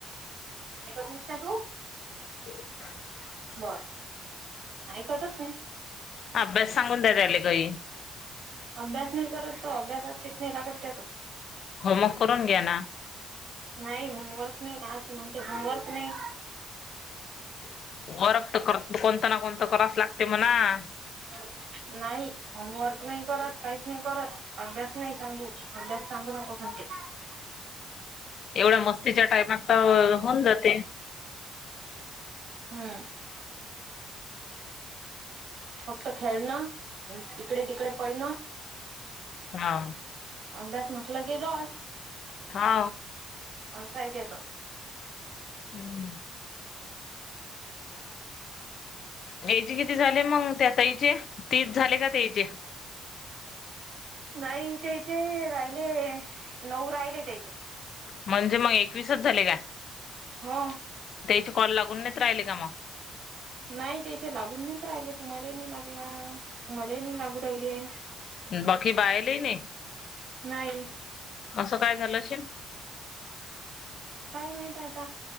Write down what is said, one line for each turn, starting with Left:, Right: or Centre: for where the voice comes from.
Right: नाहीस का तु
Left: <inaudible>
Right: बर ऐकतच नाही.
Left: अभ्यास सांगून द्या राहीली बाई.
Right: अभ्यास नाही करत तो अभ्यासात चित्त नाही लागत त्याचं.
Left: होमवर्क करून घ्या ना.
Right: नाही होमवर्क नाही, आज म्हणते होमवर्क नाही.
Left: <inaudible>
Right: <unintelligible> नाही होमवर्क नाही करत काहीच नाही करत अभ्यास नाही सांगू अभ्यास सांगू नको. <unintelligible>
Left: एवढ्या मस्तीच्या टाइमात तर होऊन जाते.
Right: हम् <inaudible> फक्त खेळन, इकडे तिकडे पळन.
Left: हा
Right: अभ्यास म्हटलं की रॉड.
Left: हा
Right: असाय तेच
Left: हम्म त्याचे किती झाले मग त्या ताईचे, तीस झाले का ताईचे?
Right: नाही त्याचे राहिले नऊ राहिले त्याचे.
Left: म्हणजे मग एकवीसच झाले का?
Right: हो
Left: तेच कॉल लागून नाही राहिले का.
Right: नाही त्याच्या लागून नाहीत राहिले, तुम्हालाही नाही लागला मलाही नाही लागू राहिले.
Left: बाकी बाहे लेनी <inaudible>
Right: नाही.
Left: असं काय झालं असशील.
Right: काय माहित आता.